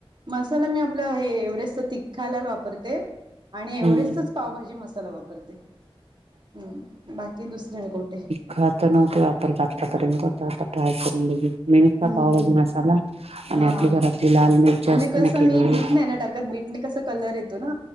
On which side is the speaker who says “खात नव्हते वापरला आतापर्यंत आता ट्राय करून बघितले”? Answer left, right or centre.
Right